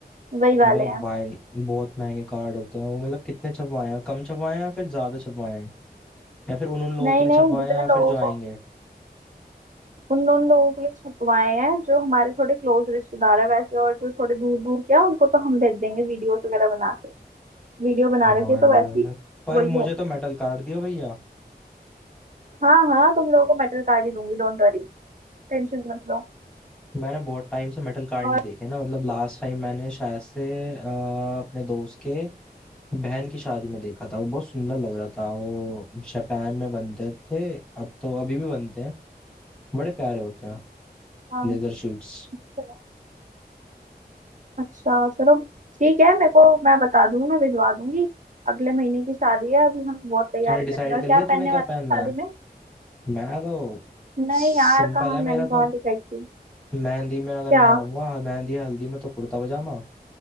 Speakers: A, on the right; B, in the centre.
A: वही वाले
B: बे
A: हैं
B: भाई बहुत महंगे कार्ड होते हैं वो मतलब कितने छपवाए हैं कम छपवाए हैं या फिर ज्यादा छपवाए हैं या फिर उन उन लोगों
A: नहीं
B: के लिए
A: नहीं
B: छपवाए
A: जितने
B: हैं या
A: लोगों
B: फिर जो आएंगे
A: को उन उन लोगों के लिए छपवाए हैं जो हमारे थोड़े क्लोज रिश्तेदार है वैसे और जो थोड़े दूर दूर के हैं उनको तो हम भेज देंगे वीडियोस वगैरह बना के वीडियो बना
B: भाई
A: रखे तो वैसे
B: यार,
A: ही
B: पर
A: वही
B: मुझे
A: भेज
B: तो
A: देंगे
B: मेटल कार्ड दिया भैया
A: हाँ हाँ तुम लोगों को मेटल कार्ड ही दूंगी डोंट वरी टेंशन मत लो
B: मैंने बहुत टाइम से मेटल कार्ड
A: और
B: नहीं देखे ना मतलब लास्ट टाइम मैंने शायद से अ, अपने दोस्त के बहन की शादी में देखा था वो बहुत सुंदर लग रहा था वो जापान में बनते थे अब तो अभी भी बनते हैं बड़े प्यारे होते हैं
A: हाँ
B: लेदर शूट्स
A: चलो। अच्छा चलो ठीक है मेरे को मैं बता दूंगी मैं भिजवा दूंगी अगले महीने की शादी है अभी हमें बहुत तैयारी
B: तूने डिसाइड
A: करनी है और
B: कर लिया
A: क्या पहनने
B: तूने क्या
A: वाला
B: पहनना
A: है शादी
B: है
A: में
B: मैं तो
A: नहीं
B: सिंपल
A: यार कहाँ
B: है मेरा
A: मैंने
B: तो
A: कहाँ डिसाइड की
B: मेहंदी में अगर
A: क्या
B: मैं आऊंगा मेहंदी या हल्दी में तो कुर्ता पजामा